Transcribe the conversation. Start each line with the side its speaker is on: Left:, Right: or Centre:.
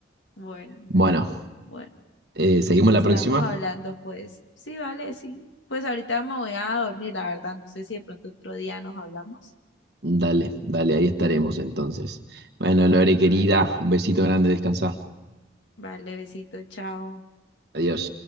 Left: Bueno,
Right: Bueno,
Left: bueno.
Right: eh, seguimos
Left: Nos
Right: la
Left: estamos
Right: próxima.
Left: hablando, pues. Sí, vale, sí. Pues ahorita me voy a dormir, la verdad. No sé si de pronto otro día nos hablamos.
Right: Dale, dale, ahí estaremos entonces. Bueno,
Left: Bueno,
Right: Lore querida,
Left: dale.
Right: un besito grande, descansa.
Left: Vale, besito, chao.
Right: Adiós.